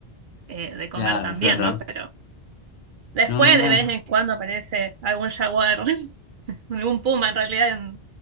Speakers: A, on the right; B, on the left.
A: eh, de comer
B: Claro,
A: también,
B: claro. claro.
A: ¿no? Pero Después
B: No, no, no.
A: de vez en cuando aparece algún jaguar, <laughs> algún puma en realidad en,